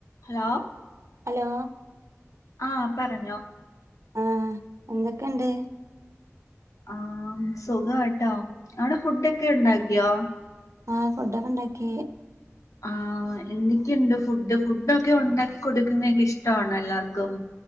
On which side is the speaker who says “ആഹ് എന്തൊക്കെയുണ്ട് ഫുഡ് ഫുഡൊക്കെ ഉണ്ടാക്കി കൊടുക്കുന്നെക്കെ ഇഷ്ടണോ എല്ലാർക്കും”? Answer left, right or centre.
Left